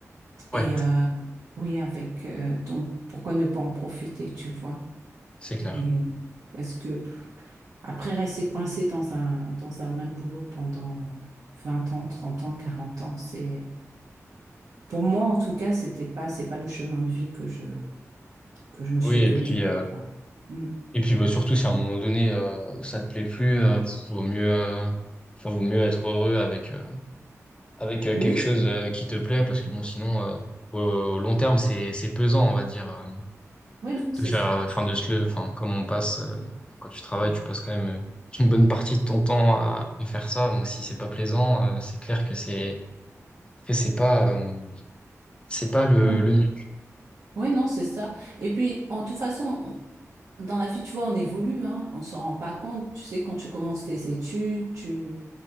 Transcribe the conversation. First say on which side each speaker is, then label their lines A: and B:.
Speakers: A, on the left; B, on the right.
A: ouais,
B: Et euh, oui, avec. euh, donc, pourquoi ne pas en profiter, tu vois?
A: c'est clair.
B: Et parce que pff, après, rester coincé dans un, dans un même boulot pendant 20 ans, 30 ans, 40 ans, c'est. Pour moi, en tout cas, c'était pas, c'est pas le chemin de vie que je, que je me
A: Oui,
B: suis
A: et
B: donné.
A: puis euh,
B: Voilà. Mm.
A: et puis bah, surtout si à un moment donné euh, ça te plaît plus, euh, vaut mieux euh, enfin, vaut mieux être heureux avec euh, avec euh,
B: Oui,
A: quelque chose euh, qui te plaît parce que bon sinon euh, au, au long terme c'est c'est pesant on va dire. euh,
B: ouais, non, c'est
A: de faire,
B: ça.
A: euh, enfin, de se le, enfin, comme on passe, euh, quand tu travailles,
B: Ouais.
A: tu passes quand même euh, une bonne partie de ton temps à, à faire ça. Donc, si c'est pas plaisant, euh, c'est clair que c'est, que c'est pas, euh, c'est pas le,
B: Oui,
A: le mieux.
B: oui, non, c'est ça. Et puis, en toute façon, on- dans la vie, tu vois, on évolue, hein, on s'en rend pas compte. Tu sais, quand tu commences tes études, tu,